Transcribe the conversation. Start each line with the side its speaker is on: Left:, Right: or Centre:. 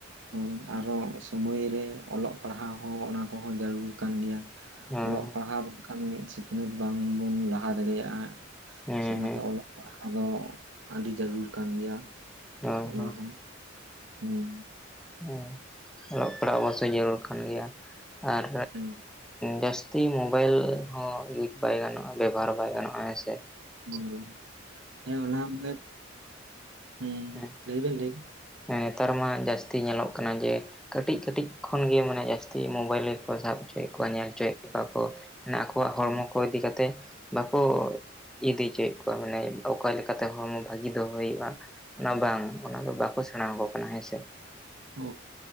Right: ᱦᱳᱭ ᱟᱨᱚ ᱥᱳᱢᱟᱹᱭ ᱨᱮ ᱚᱞᱚᱜ ᱯᱟᱲᱦᱟᱣ ᱦᱚᱸ ᱚᱱᱟ ᱠᱚᱦᱚᱸ ᱡᱟᱨᱩᱲ ᱠᱟᱱ ᱜᱮᱭᱟ
Centre: ᱦᱳᱭ
Right: ᱚᱞᱚᱜ ᱯᱟᱲᱦᱟᱣ ᱵᱟᱝᱠᱷᱟᱱ ᱥᱤᱠᱱᱟᱹᱛ ᱵᱟᱝᱵᱚᱱ ᱞᱟᱦᱟ ᱫᱟᱲᱮᱭᱟᱜᱼᱟ
Centre: ᱦᱮᱸ
Right: ᱥᱮ ᱚᱱᱟᱛᱮ
Centre: ᱦᱮᱸ
Right: ᱚᱞᱚᱜ ᱯᱟᱲᱦᱟᱜ ᱫᱚ ᱟᱹᱰᱤ ᱡᱟᱹᱨᱩᱲ ᱠᱟᱱ ᱜᱮᱭᱟ
Centre: ᱦᱳᱭ
Right: ᱚᱱᱟ
Centre: ᱦᱳᱭ
Right: ᱦᱚᱸ ᱦᱩᱸ
Centre: ᱦᱮᱸ ᱚᱞᱚᱜ ᱯᱟᱲᱦᱟᱜ ᱢᱟᱥᱮ ᱡᱟᱹᱨᱩᱲ ᱠᱟᱱ ᱜᱮᱭᱟ ᱟᱨ
Right: ᱦᱮᱸ
Centre: ᱡᱟᱹᱥᱛᱤ ᱢᱳᱵᱟᱭᱤᱞ ᱦᱚᱸ ᱤᱭᱩᱡ ᱵᱟᱭ ᱜᱟᱱᱚᱜᱼᱟ ᱵᱮᱵᱚᱦᱟᱨ ᱵᱟᱭ ᱜᱟᱱᱚᱜᱼᱟ ᱦᱮᱸ ᱥᱮ
Right: ᱦᱳᱭ ᱦᱮᱸ ᱚᱱᱟ ᱵᱚᱞᱮᱛ ᱦᱩᱸ
Centre: ᱦᱮᱸ
Right: ᱞᱟᱹᱭ ᱵᱮᱱ ᱞᱟᱹᱭ
Centre: ᱱᱮᱛᱟᱨ ᱢᱟ ᱡᱟᱹᱥᱛᱤ ᱧᱮᱞᱚᱜ ᱠᱟᱱᱟ ᱡᱮ ᱠᱟᱹᱴᱤᱡ ᱠᱟᱹᱴᱤᱡ ᱠᱷᱚᱱᱱᱜᱮ ᱢᱟᱱᱮ ᱡᱟᱹᱥᱛᱤ ᱢᱳᱵᱟᱭᱤᱞ ᱨᱮᱠᱚ ᱥᱟᱵ ᱦᱚᱪᱚᱭᱮᱫ ᱠᱚᱣᱟ ᱧᱮᱞ ᱦᱚᱪᱚᱭᱮᱫ ᱠᱚᱣᱟ ᱠᱚ ᱢᱟᱱᱮ ᱟᱠᱚᱣᱟᱜ ᱦᱚᱲᱢᱚ
Right: ᱚ
Centre: ᱠᱚ ᱤᱫᱤ ᱠᱟᱛᱮᱫ ᱵᱟᱠᱚ ᱤᱫᱤ ᱦᱚᱪᱚᱭᱮᱫ ᱠᱚᱣᱟ ᱢᱟᱱᱮ ᱚᱠᱟ ᱞᱮᱠᱟᱛᱮ ᱦᱚᱲᱢᱚ ᱵᱷᱟᱹᱜᱤ ᱫᱚᱦᱚ ᱦᱩᱭᱩᱜᱼᱟ ᱚᱱᱟ ᱵᱟᱝ ᱚᱱᱟ ᱫᱚ ᱵᱟᱠᱚ ᱥᱮᱬᱟ ᱟᱠᱚ ᱠᱟᱱᱟ ᱦᱮᱸᱥᱮ
Right: ᱚ